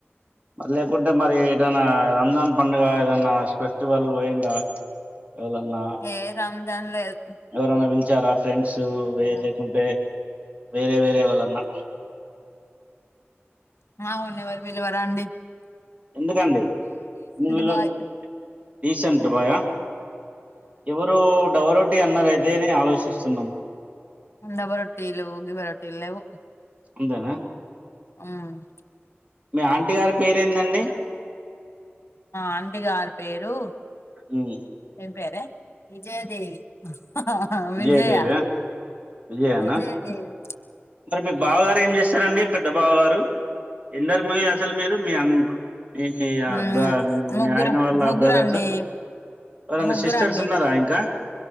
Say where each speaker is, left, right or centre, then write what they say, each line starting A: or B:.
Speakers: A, on the right (about 30°); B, on the left (about 70°).
A: మరి లేకుంటే మరి ఏదైనా రంజాన్ పండగ ఏదనా ఆ ఫెస్టివల్ పోయిండా, ఎవలన్నా
B: ఏ రంజాన్ లేదు
A: ఎవరన్నా పిలు జరాఫ ఫ్రెండ్స్
B: అదేరా
A: వేయ లేకుంటే వేరే వేరే వాళ్ళన్నా
B: ఆ ఉన్నవారు వీళ్లువర రండి
A: ఎందుకండి వీళు
B: బాయ్
A: డిసెంట్ బాయి ఆ ఎవరు డవోడ్ టి అన్నరైదేని ఆలోచిస్తున్నాం
B: అండబా రొట్టిలు గిబా రొట్టిలులేవు
A: అంతేనా
B: హుము
A: మీ ఆంటీ గారి పేరేందండి
B: మా ఆంటి గారు పేరు
A: ఉమ్,
B: ఏం పేరే విజయదేవి ఆ ఆ
A: విజయదేవి
B: విజయా
A: విజయనా
B: విజయదేవి
A: మరి మీ బావగారు ఏం చేస్తారండి పెద్ద బావ గారు ఎందరు మీరు అసలు మీరు మీ అ మీ య
B: ఉమ్
A: బా మీ
B: ముగ్గురం
A: ఆయన వాళ్ళ
B: ముగ్గురండి
A: బ్రదర్స్ ఎవరనా
B: ముగ్గురండి
A: సిస్టర్స్ ఉన్నారా ఇంకా